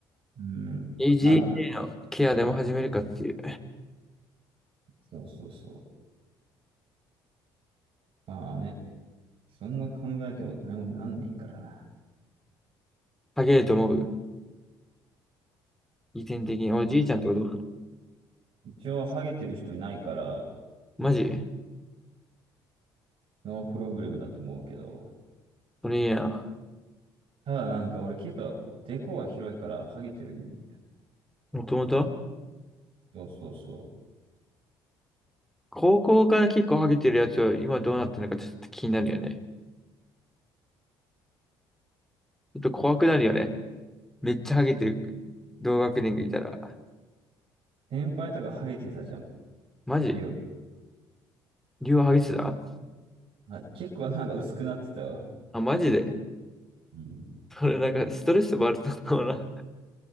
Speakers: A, on the right; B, in the centre.
A: うん。
B: AGA
A: まあ、どれ、
B: のケアでも始めるかっていう。
A: そうそうそう。まあね、そんな考えても何もなんねえからな。
B: 剥げると思う遺伝的に。おい、じいちゃんとかどう
A: 一応、ハゲてる人いないから、
B: マジ
A: ノープログラムだと思うけど、
B: それいいな。
A: ただなんか俺結構、デコが広いから、ハゲてる意味。
B: もともと
A: そうそうそう。
B: 高校から結構ハゲてるやつを今どうなってるのかちょっと気になるよね。ちょっと怖くなるよね。めっちゃハゲてる同学年がいたら。
A: 先輩とかハゲてたじゃん。
B: マジ
A: りょう、
B: 竜はハゲてた
A: はい、結構なんか薄くなってたわ。
B: あ、マジで。
A: うん。
B: それなんかストレスもあるのかもな。